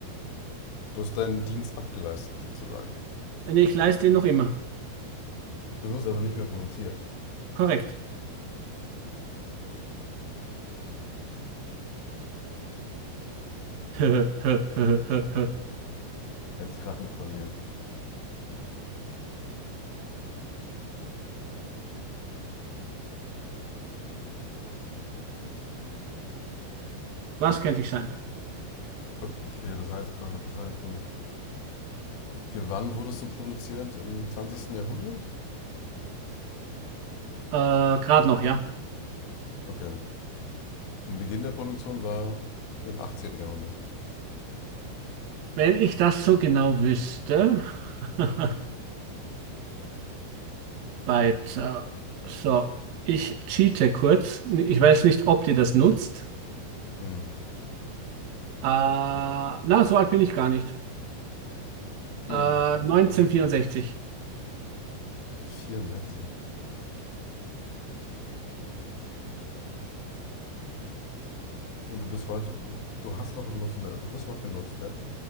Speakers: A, on the left (about 75°); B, on the right (about 60°).
A: Du hast deinen Dienst abgeleistet, sozusagen.
B: Nee, Ich leiste ihn noch immer.
A: Du wirst aber nicht mehr produziert.
B: Korrekt. <laughs>
A: Jetzt rattert's bei mir.
B: Was könnte ich sein?
A: Okay, das heißt, das heißt, du. Wann wurdest du produziert? Im zwanzigsten Jahrhundert?
B: Äh, gerade noch, ja.
A: Okay. Und Beginn der Produktion war im achtzehnten Jahrhundert.
B: Wenn ich das so genau wüsste. <laughs> Weiter. So, ich cheate kurz. Ich weiß nicht, ob dir das nutzt.
A: Hm.
B: Äh, na, so alt bin ich gar nicht.
A: Hm.
B: Äh,
A: Okay.
B: 1964.
A: 64. Und du bist heute, du hast noch einen Nutzen, du wirst noch genutzt, ja?